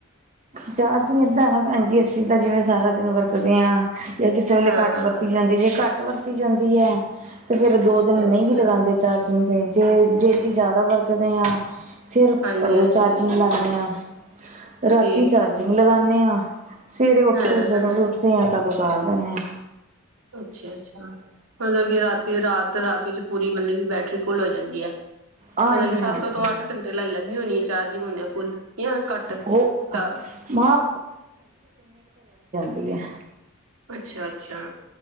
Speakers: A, on the right (about 35°); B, on the right (about 75°).
A: ਚਾਰਜਿੰਗ ਏਦਾ ਹੈ ਨਾ ਭੈਣ ਜੀ ਅੱਸੀ ਤਾਂ ਜਿਵੇਂ ਸਾਰਾ ਦਿਨ ਵਰਤਦੇ ਹਾਂ। ਜਾਂ ਕਿਸੇ ਵੇਲੇ
B: ਹਾਂ
A: ਘੱਟ ਵਰਤੀ ਜਾਂਦੀ ਜੇ ਘੱਟ ਵਰਤ ਕੀਤੀ ਜਾਂਦੀ ਹੈ। ਤੇ ਫੇਰ ਦੋ
B: ਅੱਛਾ
A: ਦਿਨ
B: ਅੱਛਾ
A: ਨਹੀਂ ਵੀ ਲਗਾਉਂਦੇ ਚਾਰਜ ਇਨ ਦਿਨ ਜੇ ਡੇਲੀ ਜ਼ਿਆਦਾ ਵਰਤਦੇ ਹਾਂ ਫਿਰ
B: ਹਾਂਜੀ
A: ਰੋਜ਼
B: ਹਾਂਜੀ
A: ਚਾਰਜਿੰਗ ਲਾਉਣੇ ਹਾਂ। <unintelligible>
B: ਤੇ
A: ਤੀ ਚਾਰਜਿੰਗ ਲਗਾਉਣੇ ਹਾਂ। ਸਵੇਰੇ ਉੱਠ
B: ਹਾਂ
A: ਕੇ ਜਦੋਂ
B: ਹਾਂ
A: ਵੀ ਉੱਠਦੇ ਆ ਤਦ ਤਾਰ ਦਿਨੇ ਆ।
B: ਅੱਛਾ-ਅੱਛਾ ਮਤਲਬ ਕਿ ਰਾਤੀ ਰਾਤ ਰਾਤ ਵਿੱਚ ਪੂਰੀ ਮਤਲਬ ਕਿ ਬੈਟਰੀ ਫੁੱਲ ਹੋ ਜਾਂਦੀ ਹੈ।
A: ਹਾਂਜੀ
B: ਮ ਸੱਤ
A: ਹਾਂਜੀ
B: ਤੋਂ ਅੱਠ ਘੰਟੇ ਲੈ ਲੈਂਦੀ ਹੋਣੀ ਆ ਚਾਰਜਿੰਗ ਹੁੰਦੀ ਆ ਫੁੱਲ ਜਾਂ ਘੱਟ
A: ਉਹ
B: ਚਾਰ
A: ਮਾਂ ਸਹੀ ਹੈ।
B: ਅੱਛਾ ਅੱਛਾ,